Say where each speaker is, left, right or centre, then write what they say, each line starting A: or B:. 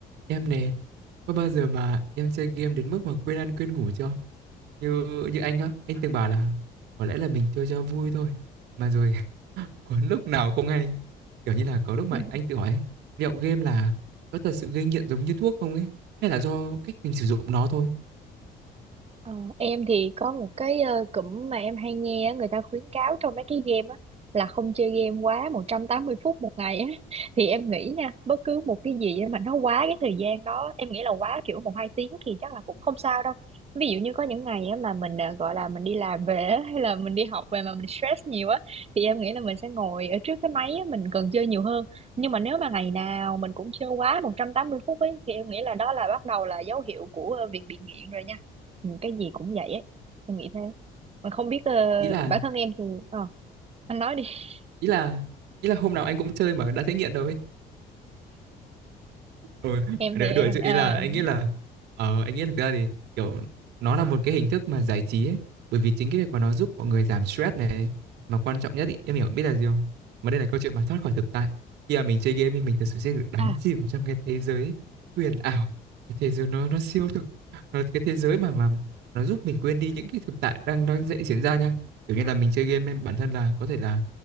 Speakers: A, on the right; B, on the right.
A: Em nè, có bao giờ mà em chơi game đến mức mà quên ăn quên ngủ chưa? Như như anh á, anh từng bảo là có lẽ là mình chơi cho vui thôi. Mà rồi <laughs> có lúc nào không hay. Kiểu như là có lúc mà
B: Ừ.
A: anh tự hỏi ấy, liệu game là có thật sự gây nghiện giống như thuốc không ấy? Hay là do cách mình sử dụng nó thôi?
B: Ờ, em thì có một cái ờ, cụm mà em hay nghe á, người ta khuyến cáo trong mấy cái game á là không chơi game quá 180 phút một ngày á <laughs> thì em nghĩ nha bất cứ một cái gì mà nó quá cái thời gian đó em nghĩ là quá kiểu một hai tiếng thì chắc là cũng không sao đâu ví dụ như có những ngày á mà mình ờ, gọi là mình đi làm về á, hay là mình đi học về mà mình stress nhiều á thì em nghĩ là mình sẽ ngồi ở trước cái máy á, mình cần chơi nhiều hơn nhưng mà nếu mà ngày nào mình cũng chơi quá 180 phút ấy thì em nghĩ là đó là bắt đầu là dấu hiệu của ờ, việc bị nghiện rồi nha ừ, cái gì cũng vậy ấy em nghĩ thế mà không biết ờ,
A: Ý là
B: bản thân em thì ờ anh nói đi <laughs>
A: ý là ý là hôm nào anh cũng chơi mà đã thấy nghiện đâu ấy. ừ,
B: em
A: nói
B: thì em
A: đùa chứ
B: ờ,
A: ý là anh nghĩ là ờ, anh nghĩ là thực ra thì kiểu nó là một cái hình thức mà giải trí ấy. Bởi vì chính cái việc mà nó giúp mọi người giảm stress này mà quan trọng nhất ý, em hiểu biết là gì không? Mà đây là câu chuyện mà thoát khỏi thực tại. Khi mà mình chơi game thì mình thực sự sẽ được đắm
B: à
A: chìm trong cái thế giới huyền ảo, cái thế giới nó nó siêu thực, nó cái thế giới mà mà nó giúp mình quên đi những cái thực tại đang đang dậy diễn ra nha. Kiểu như là mình chơi game em bản thân là có thể là